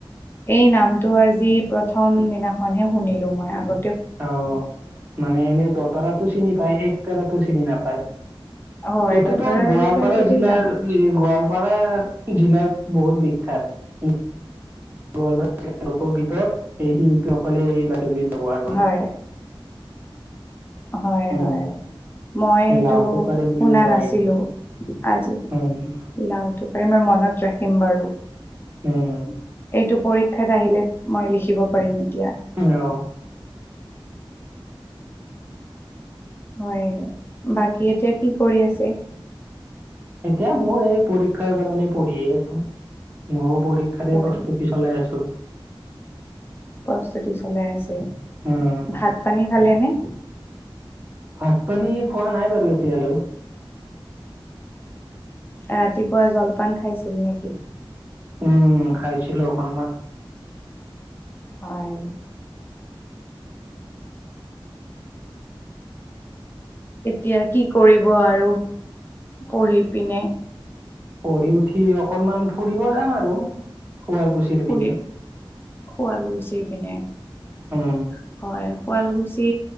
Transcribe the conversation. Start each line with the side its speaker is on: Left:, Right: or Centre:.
Left: এই নামটো আজি। প্ৰথম দিনাখনহে শুনিলোঁ মই আগত।
Right: অঁ মানে এনে দতৰাতটো চিনি পায় একতৰাটো চিনি নাপায়।
Left: হয়
Right: এইটোতো
Left: দতৰাৰ
Right: গোৱালপাৰা,
Left: বিষয়েটোতো
Right: জিলাৰ
Left: জানো
Right: গোৱালপাৰা জিলাৰ বহুত বিখ্যাত গল লোকগীতত এই শিল্পীসকলে এই ব্যৱহাৰ।
Left: হয় হয়
Right: উম,
Left: হয়। মইটো
Right: এই লাউটো কৰে বুলিও
Left: শুনা
Right: কয়
Left: নাছিলো
Right: এইটো।
Left: আজি।
Right: উম।
Left: লাওঁত পাৰি মই মনত ৰাখিম বাৰু
Right: উম।
Left: এইটো পৰীক্ষাত আহিলে মই লিখিব পাৰিম। এতিয়া
Right: আহঁ।
Left: হয় বাকী এতিয়া কি কৰি আছে
Right: এতিয়া মই এই পৰীক্ষা কৰিব নি পঢ়িয় আছো মইো পৰীক্ষাতে
Left: পঢ়ি
Right: প্ৰস্তুতি চলাই আছো।
Left: প্ৰস্তুতি চলাই আছে
Right: উম।
Left: ভাত পানী খালে নে
Right: ভাত পানী খোৱা নাই বাৰু এতিয়ালৈ।
Left: ৰাতিপুৱা জলপান খাইছিল নেকি!
Right: উম খাইছিলো অখন ম
Left: হয়। এতিয়া কি কৰিব আৰু পঢ়ি পিনে।
Right: পঢ়ি উঠি অকনমান ফুৰিব যাম আৰু শুৱালকুছিৰ পিনে।
Left: ফুৰি শুৱাল গুচি পিনে হয়
Right: উম।
Left: শুৱাল গুচি